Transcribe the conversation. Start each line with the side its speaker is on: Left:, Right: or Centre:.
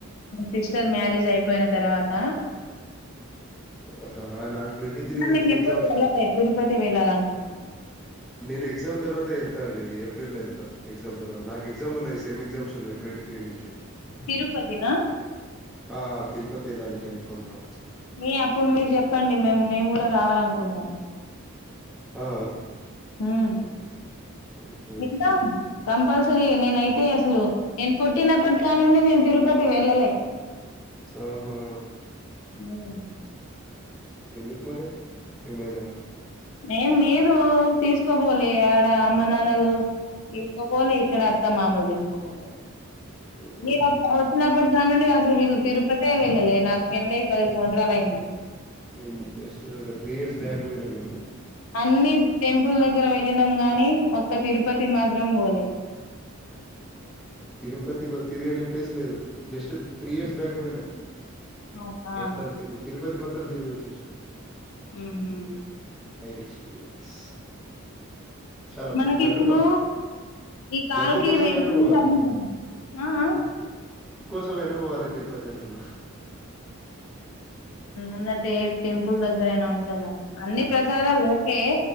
Left: సిస్టర్ మ్యారేజ్ అయిపోయిన తర్వాత.
Centre: ఆహా, నాకు ట్వంటీ త్రీ
Left: నను
Centre: నుంచి
Left: ఎప్పుడు
Centre: ఎగ్జామ్స్
Left: వెళ్ళాలే, తరుపతి వెళ్ళాల లను. కొల్తను
Centre: నేను ఎగ్జామ్ తర్వాత ఏళ్తా అండి, ఏప్రిల్ల్లో ఏళ్తా, ఎగ్జామ్ తరువాత, నాకుగ్జామ్ ఉన్నాయి సెమ్ ఎగ్జమ్స్ ఉన్నాయి. ట్వంటీ త్రీ నుంచి.
Left: తిరుపతిన.
Centre: ఆ తిరుపతి ఏళ్ళాలి కన్ఫర్మ్ గా.
Left: ఏ అప్పుడు మీరు జెప్పండి, మేమ్ మేము కూడా రావాల అనుకుంటానమ్.
Centre: ఆ
Left: ఉమ్
Centre: ఓకే
Left: వెళ్తామ్
Centre: ఓకే
Left: కంపల్స. సరే నేనయితే అసలు, నేను పుట్టినప్పటి కానుండి నేను తిరుపతి వెళ్ళలే.
Centre: ఓహో.
Left: ఉమ్.
Centre: ఎందుకు మరి ఏమైనా.
Left: ఏం లేదు. తీసుకబోలే ఆడ అమ్మ నాన్నలు, తీసుకపోలే ఇక్కడ. అత్త మామలు తీసకపోలే.
Centre: ఓహో
Left: నేను అప్ వొచ్చినప్పటి కానుండి, అసలు వీళ్ళు తిరుపతే వెళ్ళలే, నాకు పెళ్ళి పది సంవత్సరాలు అయింది. అ
Centre: నేను జస్ట్ ఒక త్రీ ఇయర్స్, బ్యాక్ బోయినా నేను.
Left: అన్ని టెంపుల్ దగ్గర వెళ్ళినాం గానీ, ఒక్క తిరుపతి మాత్రం బోలే.
Centre: తిరుపతిలో తిరిగనీ ప్లేస్ లేదు, జస్ట్ త్రీ ఇయర్స్ బ్యాక్ బోయినా.
Left: అవునా
Centre: మొత్తం తరు తిరుపతి మొత్తం తిరుగొచ్చేసిన.
Left: ఉమ్.
Centre: ఎక్స్పీరియన్స్ చాలా
Left: మనకి
Centre: లడ్డు
Left: ఇప్పుడు
Centre: బా
Left: ఈ కాల్
Centre: లడ్డు
Left: కీ.
Centre: కోసమైనా
Left: కీ రేటింక్స్
Centre: పోవాలి
Left: ఎంత
Centre: అటు
Left: అ ఆ.
Centre: నువ్వు ఎండు పొవాలి తిరుపతి అంటున్నా.
Left: ఉన్నటే టెంపుల్ దగ్గరయినా ఉంటగ, అన్ని
Centre: అదే
Left: ప్రసాదాలు ఓకే.